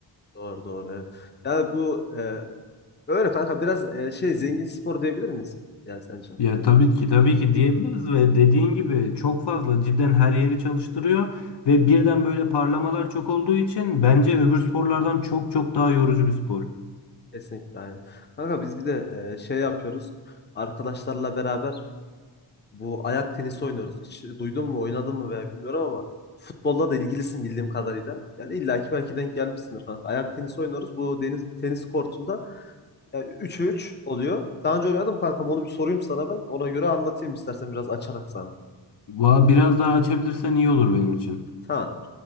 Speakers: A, on the left; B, on the left.
A: doğru doğru evet. Yani bu e, öyle kanka biraz e, şey zengin spor diyebilir miyiz? Yani sence?
B: Ya tabii ki tabii ki diyebiliriz ve dediğin gibi çok fazla cidden her yeri çalıştırıyor. Ve birden böyle parlamalar çok olduğu için bence öbür sporlardan çok çok daha yorucu bir spor.
A: Kesinlikle aynen. Kanka biz bir de e, şey yapıyoruz arkadaşlarla beraber Bu ayak tenisi oynuyoruz. Hiç duydun mu, oynadın mı veya bilmiyorum ama futbolla da ilgilisin bildiğim kadarıyla. Yani illaki belki denk gelmişsindir kanka. Ayak tenisi oynuyoruz. Bu deniz tenis kortunda yani 3'e 3 oluyor. Daha önce oynadım kankam onu bir sorayım sana ben. Ona göre anlatayım istersen biraz açarak sana.
B: Va- Biraz daha açabilirsen iyi olur benim için.
A: Ha.